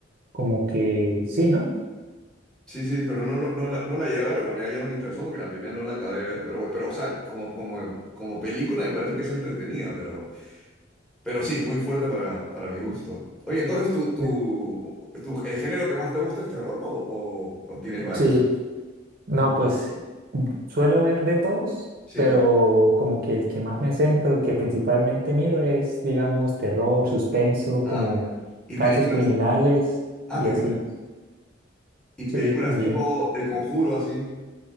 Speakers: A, on the right (about 50°); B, in the centre.
A: como que sí, ¿no?
B: Sí, sí, pero no, no, no, la, no la llegué a ver. En realidad ya no me interesó porque la primera no la acabé de ver. Pero, bueno, pero o sea, como, como, como película me parece que es entretenida, pero, pero sí, es muy fuerte para, para mi gusto. Oye, entonces, tú tú
A: Sí,
B: tú el género que más te gusta es terror o, o- o tienes varios?
A: Sí, no, pues mm, suelo ver de todos,
B: Sí.
A: pero como que el que más me centro, el que principalmente miro es, digamos, terror, suspenso,
B: Ah,
A: como
B: mira. ¿Y
A: casos
B: películas?
A: criminales
B: Ah,
A: y
B: criminales.
A: así.
B: Y películas
A: Sí, también.
B: tipo El Conjuro, así.